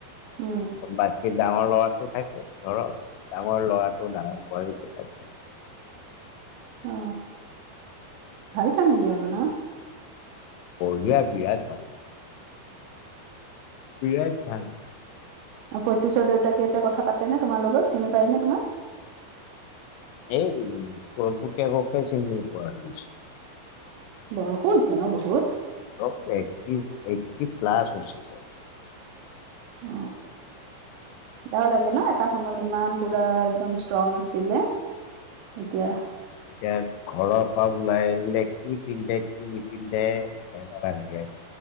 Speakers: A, on the right; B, on the left.
A: উম
B: বাকীৰ ডাঙৰ ল'ৰাটো থাকে ঘৰত ডাঙৰ ল'ৰাটো ডাঙৰ বৌৱাৰিটোহ থাকে
A: অ ভাল ফেমিলি আৰু ন
B: বঢ়িয়া বিৰাট ভাল বিৰাত ভাল
A: আৰু পঁয়তুশ্বৰ দেউতাকে এতিয়া কথা পাতে নে তোমাৰ লগত চিনি পায়নে তোমাক
B: এই পুতেককে চিনি <inaudible>
A: বয়সো হৈছে ন বহুত
B: অ এইটি এইটি প্লাছ হৈছে চাই
A: অ এতিয়াও লাগে ন এটা সময়ত ইমান পুৰা একদম ষ্ট্ৰং আছিলে এতিয়া
B: এতিয়া ঘৰৰ পৰা ওলাই আহিলে কি পিন্ধে কি নিপিন্ধে সেনেকুৱা লাগে